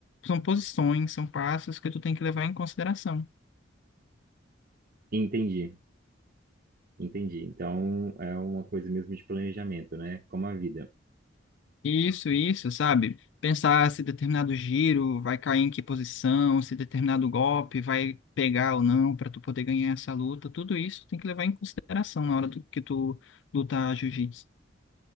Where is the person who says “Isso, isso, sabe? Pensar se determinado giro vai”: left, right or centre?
Left